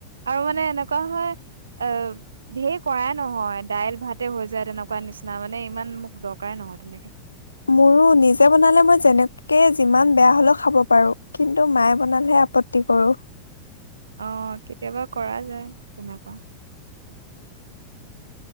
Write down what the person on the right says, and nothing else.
আৰু মানে এনেকুৱা হয়, আহ ধেই কৰাই নহয়, দাইল ভাতে হৈ যায়, তেনেকুৱা নিচিনা মানে ইমান মোক দৰকাৰে নহয় তেনেকে।
অ', কেতিয়াবা কৰা যায় তেনেকুৱা।